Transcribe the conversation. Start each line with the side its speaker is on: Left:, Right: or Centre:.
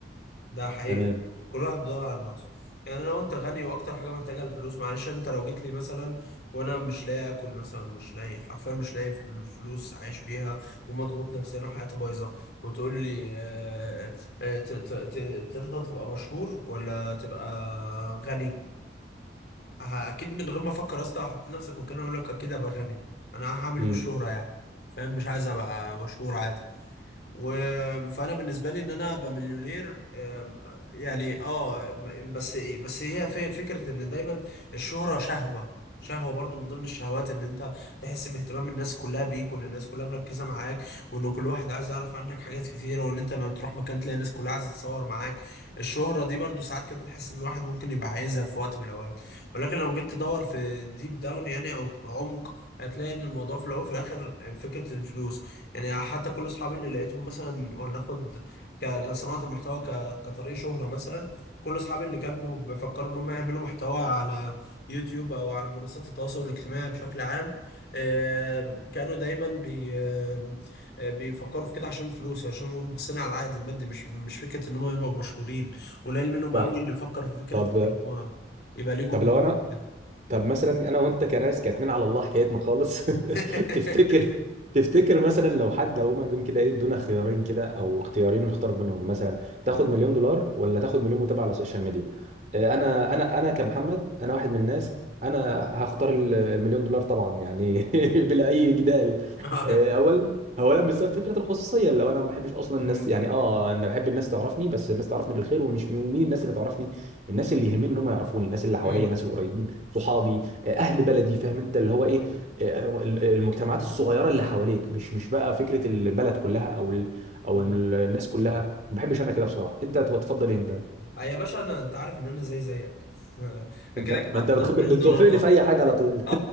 Left: ده حقيقة
Right: تمام
Left: كل واحد بيدور على نفسه يعني انا وانت غني واكتر حاجة محتاجها الفلوس معلش انت لو جيت لي مثلا وانا مش لاقي اكل مثلا مش لاقي حرفيا مش لاقي فل- فلوس عايش بيها ومضغوط نفسيا وحياتي بايظة وتقول لي آه، آه، ت- ت- ت- ترضى تبقى مشهور ولا تبقى غني ه- اكيد من غير ما افكر اصلا احط نفسك مكاني اقول لك اكيد ابقى غني انا هعمل ايه
Right: امم
Left: بالشهرة يعني فاهم مش عايز ابقى مشهور عادي و... فانا بالنسبه لي ان انا ابقى مليونير آم، يعني اه م- بس بس هي في فكره ان دايما الشهره شهوه شهوه برضو من ضمن الشهوات ان انت تحس باهتمام الناس كلها بيك وان الناس كلها مركزه معاك وان كل واحد عايز يعرف عنك حاجات كتيره وان انت لما تروح مكان تلاقي الناس كلها عايزه تتصور معاك الشهره دي برضو ساعات كده تحس ان الواحد ممكن يبقى عايزها في وقت من الاوقات ولكن لو جيت تدور في ديب داون يعني او بعمق هتلاقي ان الموضوع في الاول وفي الاخر فكره الفلوس يعني حتى كل اصحابي اللي لقيتهم مثلا وناخد ك- كصناعه المحتوى ك- كطريق شهره مثلا كل اصحابي اللي كانوا بيفكروا ان هم يعملوا محتوى على يوتيوب او على منصات التواصل الاجتماعي بشكل عام آم، كانوا دايما بي آم، آه، بيفكروا في كده عشان الفلوس عشان هم باصين على العائد المادي مش مش فكره ان هم يبقوا مشهورين قليل منهم
Right: صح
Left: قوي اللي فكر في فكره
Right: طب
Left: ان هم يبقى ليه جمهور
Right: طب لو انا
Left: كده
Right: طب مثلا انا وانت كناس كاتنين على الله حكايتنا خالص
Left: <laughs>
Right: <laughs> تفتكر تفتكر مثلا لو حد لو هما جم كده ايه ادونا خيارين كده او اختيارين نختار بينهم مثلا تاخد مليون دولار ولا تاخد مليون متابع على السوشيال ميديا آه، انا انا انا كمحمد انا واحد من الناس انا هختار ال- المليون دولار طبعا يعني <laughs> بلا اي جدال
Left: آه.
Right: آه، اولا اولا بسبب فكره الخصوصيه لو انا ما بحبش اصلا الناس
Left: مم.
Right: يعني اه انا بحب الناس تعرفني بس الناس تعرفني بالخير ومش ومين الناس اللي تعرفني الناس اللي يهمني ان هم يعرفوني الناس اللي حواليا
Left: مم.
Right: الناس القريبين صحابي آه، اهل بلدي فاهم انت اللي هو ايه آه، آه، ال- المجتمعات الصغيره اللي حواليك مش مش بقى فكره البلد كلها او ال او
Left: مم.
Right: ال- الناس كلها ما بحبش انا كده بصراحه انت تفضل إيه انت
Left: آه يا باشا انا انت عارف ان انا زي زيك <laughs> كده
Right: انت
Left: كده
Right: ما
Left: هختار
Right: انت بتخب...
Left: مليون
Right: بتوافقني
Left: دولار طبعا
Right: في اي حاجه على طول
Left: اه